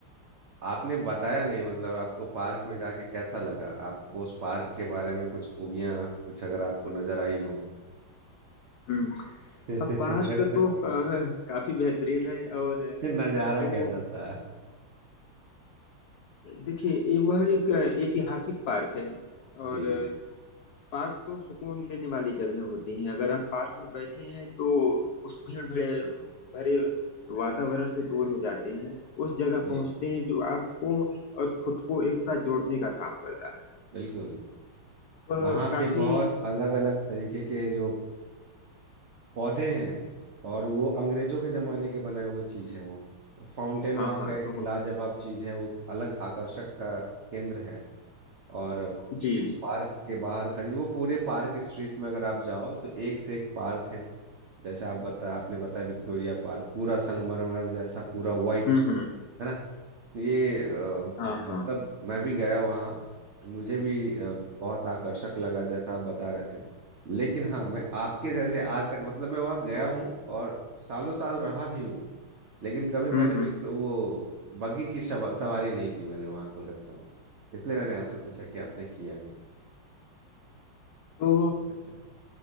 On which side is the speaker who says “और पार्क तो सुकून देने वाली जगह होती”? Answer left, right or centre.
Left